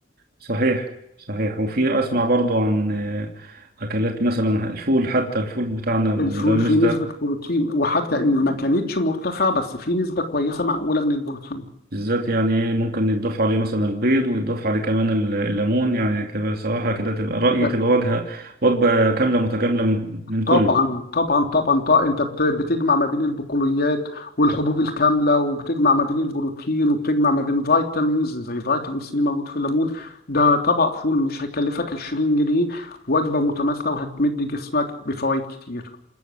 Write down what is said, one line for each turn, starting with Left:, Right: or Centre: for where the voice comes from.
Right: صحيح صحيح وفي اسمع برضو عن آه، اكلات مثلا الفول حتى الفول بتاعنا المدمس
Left: الفول فيه نسبة بروتين وحتى
Right: ده
Left: إن ما كانتش مرتفعة بس فيه نسبة كويسة معقولة من البروتين
Right: بالذات يعني إيه، ممكن يتضاف عليه مثلا البيض ويتضاف عليه كمان ال- الليمون يعني كده صراحة كده تبقى رأيي
Left: ب-
Right: تبقى وجهة وجبة كاملة متكاملة من من كله
Left: طبعا طبعا طبعا طبعا انت بت- بتجمع ما بين البقوليات والحبوب الكاملة وبتجمع ما بين البروتين وبتجمع ما بين فيتامينز زي فيتامين سي موجود في الليمون ده طبق فول مش هيكلفك 20 جنيه وجبة متماثلة وهتمد جسمك بفوائد كتير